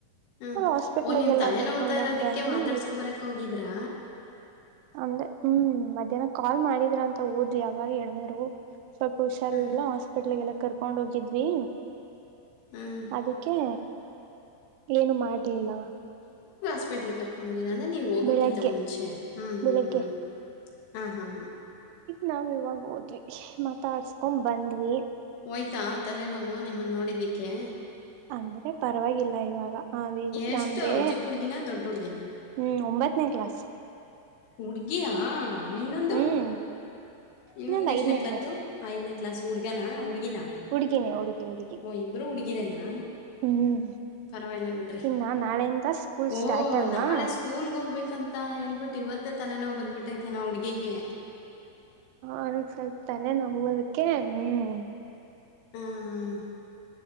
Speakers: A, on the left (about 80°); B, on the right (about 80°).
A: ಹ
B: ಅವ್ರ ಹಾಸ್ಪಿಟ್ಲ್ಗೆಲ್ಲ
A: ಓ ನೀನ್್ ತಲೆನೋ
B: ಕರ್ಕೊಂಡೋಗ್
A: ಹ್ತಾ ಇರೋದಕ್ಕೆ
B: ಬಂದಿ
A: ಮಾತಾಡ್ಸ್ಕೊ ಬರಕ್ ಹೋಗಿದ್ರಾ
B: ಅಮ್ದ ಹ್ಮ್ ಮಧ್ಯಾಹ್ನ ಕಾಲ್ ಮಾಡಿದ್ರ ಅಂತ ಓದ್ವಿ ಯಾವಾಗ ಹೇಳಿದ್ರು ಸ್ವಲ್ಪ ಹುಷಾರರ್ಿಲ್ಲ
A: ಹ
B: ಹಾಸ್ಪಿಟ್ಲ್ ಎಲ್ಲ ಕರ್ಕೊಂಡ್ ಹೋಗಿದ್ವಿ
A: ಹ
B: ಅದಕ್ಕೆ ಏನು ಮಾಡ್ಲಿಲ್ಲ
A: <unintelligible> <unintelligible> ನೀ ಹೋಗಕ್ಕಿಂತ
B: ಬೆಳಗ್ಗೆ
A: ಮುಂಚೆ ಹ್ಮ್ ಹ್ಮ್
B: ಬೆಳಿಗ್ಗೆ
A: ಹ್ಮ್ ಹಾ ಹಾ
B: ನಾವು ಇವಾಗ ಹೋದ್ವಿ ಮಾತಾಡ್ಸ್ಕೊಂಡ ಬಂದ್ವಿ.
A: ಹೋಯ್ತಾ ತಲೆನೋವು ನಿಮ್ಮನ್ನು ನೋಡಿದ್ದಿಕ್ಕೆ.
B: ಅಂದ್ರೆ ಪರವಾಗಿಲ್ಲ ಈವಾಗಾ ಹಿ
A: ಎಷ್ಟು
B: ಅಂದ್ರೆ
A: ಚಿಕ್ಕ ಹುಡುಗಿನ ದೊಡ್ಡ ಹುಡುಗಿನ
B: ಹ್ಮ್ ಒಂಬತ್ತನೇ ಕ್ಲಾಸ್
A: ಹುಡುಗಿಯಾ ಇನ್ನೊಂದು
B: ಹ್ಮ್
A: ಇನ್ನೊಂದ್
B: ಇನ್ನೊಂದು
A: ಎಷ್ಟನೇ
B: ಐದನೇ
A: ಕ್ಲಾಸು ಐದನೇ ಕ್ಲಾಸ್ ಹುಡ್ಗನಾ ಹುಡ್ಗಿನಾ
B: ಹುಡುಗಿನೇ ಹುಡುಗಿ ಹುಡುಗಿ
A: ಓ ಇಬ್ರು ಹುಡ್ಗಿರೇನಾ
B: ಹ್ಮ್
A: ಪರವಾಗಿಲ್ಲ ಬಿಟ್ರಿ
B: ಇನ್ನ ನಾಳೆಯಿಂದ ಸ್ಕೂಲ್
A: ಓ
B: ಸ್ಟಾರ್ಟ್ ಅಲ್ವಾ
A: ನಾಳೆ ಸ್ಕೂಲ್ ಹೋ ಹೋಗ್ಬೇಕ ಅಂತ ಹೇಳ್ಬಿಟ್ಟು ಇವತ್ತೇ ತಲೆನೋವು ಬದ್ಬಿಟ್ಟೈತೆ ನಾ ಹುಡಗಿಗೆ.
B: ಅವ್ರಗ್ ಸ್ವಲ್ಪ ತಲೆೆ ನೋವು ಅದಕ್ಕೆ ಹ್ಮ್
A: ಹ್ಮ ಹ್ಮ